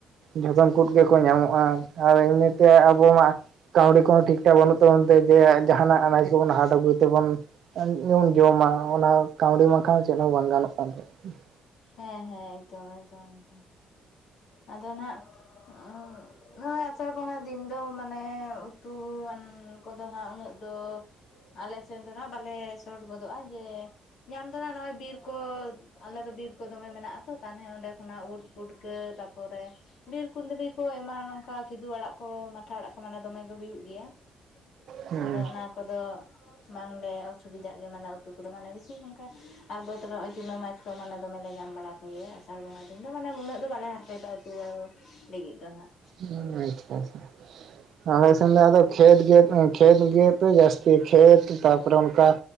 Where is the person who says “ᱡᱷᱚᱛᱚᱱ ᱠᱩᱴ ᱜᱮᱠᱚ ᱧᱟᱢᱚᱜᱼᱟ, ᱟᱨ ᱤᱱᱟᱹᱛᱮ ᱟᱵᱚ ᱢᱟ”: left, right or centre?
Right